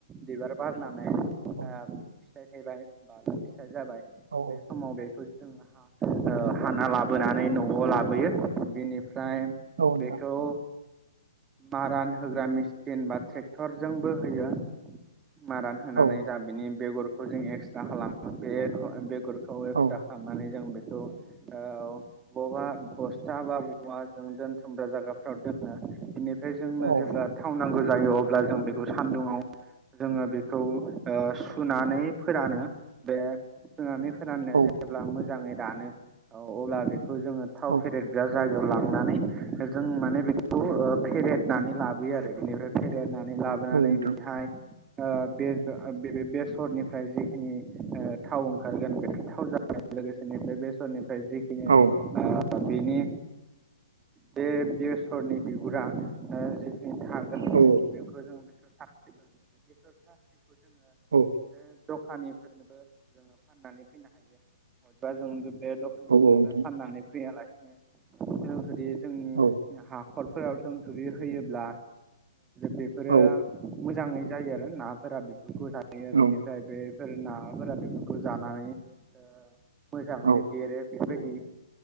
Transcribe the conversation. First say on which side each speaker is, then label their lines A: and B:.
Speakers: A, on the right; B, on the right.
A: बिबार बारनानै ओमफ्राय
B: औ
A: ओ फिथाइ थायबाय बा फिथाइ जाबाय
B: औ औ
A: बे समाव बेखौ जों हाना ओ लाबोनानै न'आव लाबोयो बेनि फ्राय
B: औ नोंथां
A: बेखौ मारान होग्रा मेसिन बा ट्रेक्टरजोंबो होयो मारान होनानै
B: औ
A: जा बिनि बेगरखौ जों एक्स्रा खालामो बे गरखौ
B: औ
A: फिसा खालामनानै जों बेखौ औ बबबा बस्था बा बबा जों दोनथुमग्रा जायगाफ्राव दोनो बेनिफ्राय फ्राय जोंनो
B: औ
A: जेब्ला थावनांगौ जायो अब्ला जों बेखौ सान्दुङआव जोङो बेखौ सुनानै फोरानो बे सुनानै फोराननाया
B: औ
A: जेब्ला मोजाङै रानो अब्ला बेखौ जोङो थाव
B: औ
A: फेरेदग्रा जा लांनानै जों माने बेखौ फेरेदनानै लाबोयो आरो बेनिफ्राय फेरद नानै लाबोनानै
B: औ नोंथां
A: बेहाय बे बेसरनिफ्राय जिखिनि थाव ओंखारगोन बे थाव जानाय लोगोसे न बेसरनिफ्राय जिखिनि
B: औ
A: बेनि बे बेसरनि बिगुरा थागोन
B: औ
A: बेखौ जों बेसोर साख्रि बेसोर साख्रि जोङो
B: औ
A: बे दखानिफोरनोबो जोङो फाननानै फैनो हायो बबेबा जों बे दखाननिफोरनो
B: औ नोंथां
A: फाननानै फैयालासे <unintelligible> जोंनि
B: औ
A: हाखर फोराव सों थुरि होयोब्ला बेफोरो
B: औ नोंथां औ
A: मोजाङै जायो आरो नाफोरा बेफोरखौ जाहायो
B: नोंथां
A: बेनिफ्राय बेफोर नाफोरा बेफोरखौ जानानै मोजाङैनो
B: औ
A: देरो बेबायदि